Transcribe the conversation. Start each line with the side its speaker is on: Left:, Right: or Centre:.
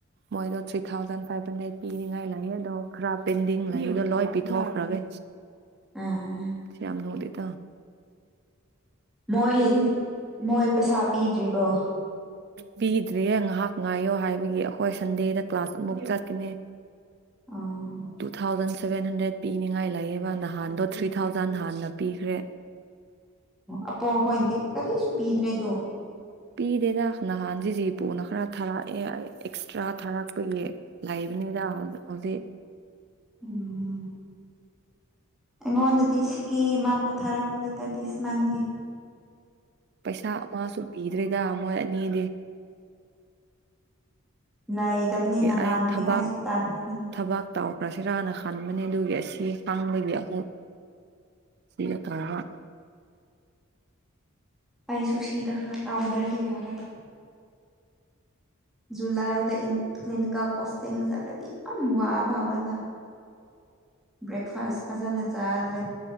Right: ꯃꯣꯏꯗꯣ ꯊ꯭ꯔꯤ ꯊꯥꯎꯖꯟ ꯐꯥꯏꯚ ꯍꯟꯗ꯭ꯔꯦꯗ ꯄꯤꯅꯤꯡꯉꯥꯏ ꯂꯩꯑꯦ ꯑꯗꯣ ꯈꯔ ꯄꯦꯟꯗꯤꯡ ꯂꯩ ꯑꯗꯣ ꯂꯣꯏ ꯄꯤꯊꯣꯛꯈ꯭ꯔꯒꯦ
Centre: ꯎꯝ
Right: ꯁꯌꯥꯝꯅꯗ ꯇ
Centre: ꯑꯩ ꯃꯣꯏ ꯄꯩꯁꯥ ꯄꯤꯗ꯭ꯔꯤꯕ꯭ꯔꯣ
Right: ꯄꯤꯗ꯭ꯔꯤꯌꯦ ꯉꯥꯏꯍꯥꯛ ꯉꯥꯏꯌꯣ ꯍꯥꯏꯕꯒꯤ ꯑꯩꯈꯣꯏ ꯁꯟꯗꯦꯗ ꯀ꯭ꯂꯥꯁ ꯑꯃꯐꯥꯎ ꯆꯠꯀꯅꯦ
Centre: ꯎꯝ
Right: ꯇꯨ ꯊꯥꯎꯖꯟ ꯁꯚꯦꯟ ꯍꯟꯗ꯭ꯔꯦꯗ ꯄꯤꯅꯤꯡꯉꯥꯏ ꯂꯩꯑꯦꯕ ꯅꯍꯥꯟꯗꯣ ꯊ꯭ꯔꯤ ꯊꯥꯎꯖꯟ ꯍꯥꯟꯅ ꯄꯤꯈ꯭ꯔꯦ
Centre: ꯑꯄꯣ ꯍꯣꯏꯅꯗꯤ ꯀꯔꯤꯁꯨ ꯄꯤꯗ꯭ꯔꯦꯗꯣ
Right: ꯄꯤꯗꯦꯗ ꯅꯍꯥꯟ ꯁꯤꯁꯤ ꯄꯨꯨꯅ ꯈꯔ ꯊꯥꯔꯛꯑꯦ ꯑꯦꯛꯁꯇ꯭ꯔꯥ ꯊꯥꯔꯛꯄꯒꯤ ꯂꯩꯕꯅꯦ ꯗꯥ ꯑꯗꯨꯗꯤ
Centre: ꯎꯝ ꯑꯩꯉꯣꯟꯗꯗꯤ ꯁꯤꯀꯤ ꯃꯥ ꯄꯣꯊꯥꯔꯛꯇ꯭ꯔꯦꯗ ꯇꯤꯁꯃꯥꯟꯒꯦ
Right: ꯄꯩꯁꯥ ꯑꯃꯁꯨ ꯄꯤꯗ꯭ꯔꯦꯗ ꯃꯣꯏ ꯑꯅꯤꯗꯤ
Centre: ꯂꯩꯇꯕꯅꯤꯅ ꯍꯥꯡꯅꯤꯉꯥꯏꯁꯨ
Right: ꯑꯩ ꯊꯕꯥꯛ
Centre: ꯇꯥꯟꯈ꯭ꯔꯤꯅꯤ
Right: ꯊꯕꯥꯛ ꯇꯥꯎ ꯥꯁꯤ ꯔꯥꯅ ꯍꯟꯕꯅꯦ ꯑꯗꯨꯒꯤ ꯑꯁꯤ ꯀꯥꯡꯕꯗꯒꯤ ꯑꯃꯨꯛ ꯁꯤꯒ ꯀ <inaudible>
Centre: ꯇꯥꯏꯁꯨꯨꯁꯤꯗ ꯈꯔ ꯇꯥꯎꯗ꯭ꯔꯗꯤ ꯌꯥꯔꯒ ꯖꯨꯂꯥꯏꯗ ꯀ꯭ꯅꯤꯀꯦꯜ ꯄꯣꯁꯗꯤ ꯌꯥꯝ ꯋꯥꯕꯥꯎꯔ ꯭ꯔꯦꯛꯦꯛꯐꯥꯁ ꯐꯖꯥꯅ ꯆꯗ꯭ꯔꯦ